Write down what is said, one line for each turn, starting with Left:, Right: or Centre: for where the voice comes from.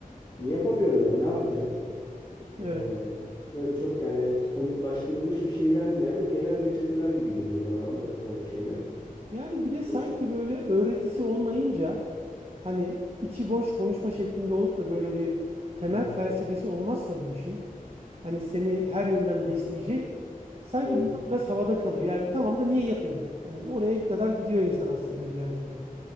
Left: Hani yapamıyorum ben ne yapacağım? Ee,
Right: Evet.
Left: böyle çok yani somutlaştırılmış bir şeyden ziyade genel reçeteler gibi geliyor bana ona o şeyler.
Right: Yani bir de sanki
Left: Bu çok-
Right: böyle öğretisi olmayınca hani içi boş konuşma şeklinde olup da böyle bir temel
Left: Evet.
Right: felsefesi olmazsa bu işin hani seni her yönden besleyecek sanki
Left: Evet.
Right: bunlar biraz havada kalıyor. Yani tamam da niye yapayım? Hani oraya kadar gidiyor insan aslında bir yerde de.